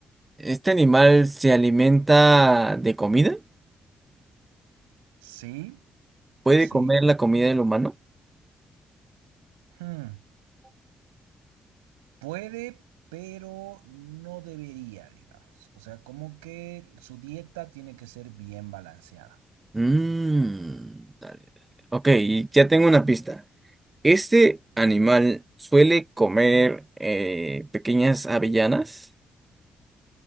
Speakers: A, on the right; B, on the right.
A: este animal se alimenta de comida.
B: Sí,
A: ¿Puede
B: sí.
A: comer la comida del humano?
B: Hmm, Puede, pero no debería, digamos. O sea, como que su dieta tiene que ser bien balanceada.
A: Mm, dale, dale. Ok, y ya tengo una pista. Este animal suele comer eh, pequeñas avellanas,